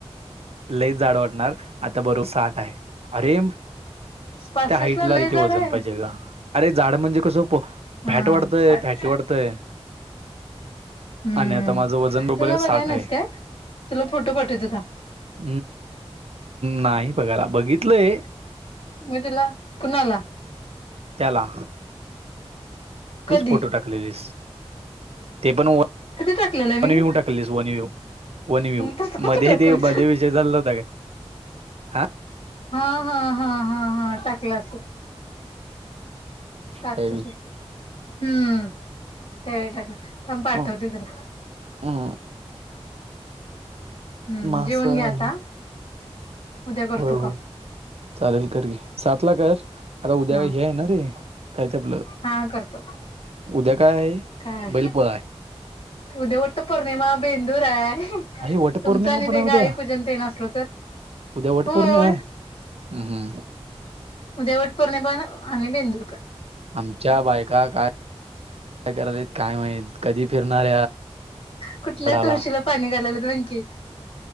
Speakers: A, on the right; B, on the left.
A: लई जाड वाटणार आता बरोबर ताट हाय अरे
B: पासष्ट
A: हाईटला
B: ला लय
A: कसं
B: झाड
A: वजन
B: आहे
A: पाहिजे अरे झाड म्हणजे कसं
B: हा
A: फॅट वाढत
B: साठ
A: फॅट
B: साठ
A: वाढतं
B: हम्म
A: आणि आता माझं वजन ठ
B: तुला बघाय नाहीस काय तुला फोटो पाठवते थांब
A: <unintelligible> नाही बघायला बघितलंय
B: मी तुला कुणाला
A: त्याला
B: कधी
A: तूच फोटो टाकलेले ते पण व
B: कधी टाकलेलं मी
A: वन व्यहू टाकले वन यु होन मी
B: तसं कसं
A: मध्ये
B: टाकू
A: ते
B: मी
A: मध्ये विषय चालला होता का हा <unintelligible>
B: हा हा हा हा हा टाकलं असे टाकतो
A: त्यावेळी
B: सु हम्म त्यावेळी टाक थांब पाठवते
A: हो,
B: तुला
A: हम्म
B: हम्म
A: मासं
B: जेवन घ्या
A: आहे
B: आता उद्या करतो
A: होय
B: कॉल
A: होय चालेल कर घी साचला कर आता उद्या
B: हा
A: का हे आहे ना रे <unintelligible> काय ते आपलं
B: हा करतो
A: उद्या काय आहे
B: काय
A: बैलपोळा आहे
B: उद्या उठ पोर्णिमा बेंदूर आहे.
A: अ वट
B: तुमचं
A: पौर्णिमा
B: आणि
A: पण
B: ते
A: आहे
B: गाई
A: उद्या
B: पूजन तेन असलं तर
A: उद्या वट
B: होय.
A: पौर्णिमा आहे <inaudible> हम हम्
B: उद्या वटपौर्णिमा बेंदूर पण.
A: आमच्या बायका काय काय करालत. काय माहीत कधी फिरणार
B: कुठल्या
A: वडाला.
B: तुळशीला <unintelligible> की